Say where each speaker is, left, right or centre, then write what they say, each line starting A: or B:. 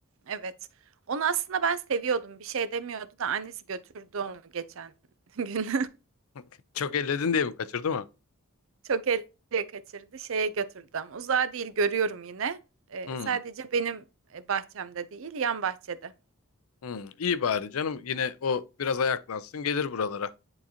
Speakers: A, on the right; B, on the left.
A: Evet. Onu aslında ben seviyordum. Bir şey demiyordu da annesi götürdü onu geçen <laughs> gün.
B: <laughs> Çok elledin diye mi kaçırdı mı?
A: Çok ele kaçırdı. Şeye götürdü ama uzağa değil görüyorum yine. Ee,
B: Hmm.
A: sadece benim e, bahçemde değil yan bahçede.
B: Hmm. İyi bari canım. Yine o biraz ayaklansın, gelir buralara.